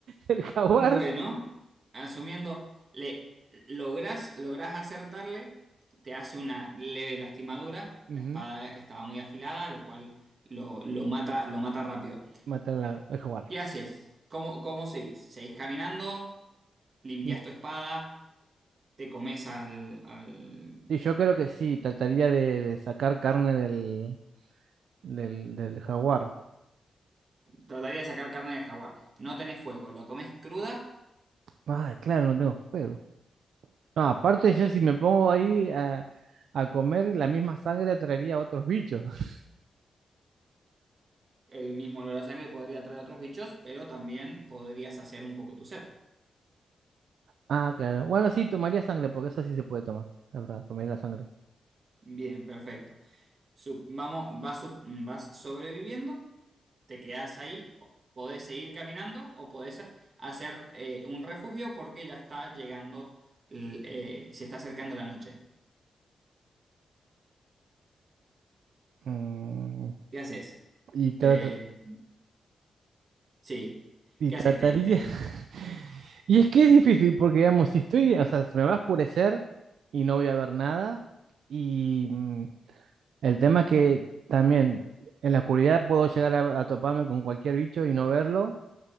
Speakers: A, on the right; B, on the right.
A: del jaguar.
B: Bueno, asumiendo, le lográs, lográs acertarle, te hace una leve lastimadura,
A: Ujú,
B: la espada estaba muy afilada, lo cual lo, lo mata, lo mata rápido.
A: Matar la- al jaguar.
B: ¿Qué haces? ¿Cómo, cómo seguís? ¿Seguís caminando? ¿Limpias
A: Mm.
B: tu espada? ¿Te comes al, al-
A: Y yo creo que sí, trataría de, de sacar carne del, del, del jaguar.
B: Trataría de sacar carne de jaguar. No tenés fuego, lo comes cruda,
A: Ah, claro, no tengo fuego. No, aparte yo si me pongo ahí a, a comer la misma sangre atraería a otros bichos. <laughs>
B: el mismo olor a sangre podría traer otros bichos, pero también podría saciar un poco tu sed.
A: Ah, claro. Bueno, sí, tomaría sangre, porque eso sí se puede tomar, la verdad, tomaría la sangre.
B: Bien, perfecto. Sub- vamos, vas, sub- vas sobreviviendo, te quedas ahí, o- podés seguir caminando o podés ha- hacer eh, un refugio porque ya está llegando, l- eh, se está acercando la noche.
A: Mm,
B: ¿Qué haces?
A: y trata-
B: Te, sí,
A: y
B: ¿qué
A: trataría.
B: haces? Te, te-
A: <laughs> Y es que es difícil, porque digamos, si estoy, o sea, se me va a oscurecer y no voy a ver nada. Y mm, el tema es que también en la oscuridad puedo llegar a, a toparme con cualquier bicho y no verlo.